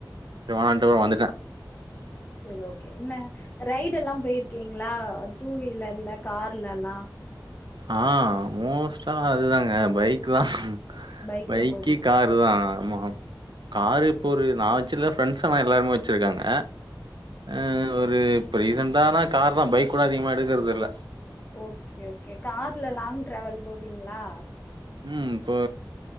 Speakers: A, on the right; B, on the left.
A: வேணான்ட்டு
B: சேரி
A: வந்துட்டே
B: சேரி ஓகே என்ன ரைடு எல்லா பேய்ருக்கீங்களா டூ வீலர்ல கார்லல்லா
A: ஆ மோஸ்டா அதுதாங்க பைக் தா
B: பைக்ல
A: பைக்கி
B: போவீங்க
A: காரு தா ஆமா காரு இப்போ ஒரு நா வச்சில்ல ஃப்ரெண்ட்ஸ் ஆனா எல்லாருமே வச்சிருக்காங்க அ ஒரு இப்ப ரீசண்டானா கார் தா பைக் கூட அதிகமா எடுக்கறது இல்ல
B: ஓகே ஓகே கார்ல லாங் ட்ராவல் போவீங்களா
A: ம் போ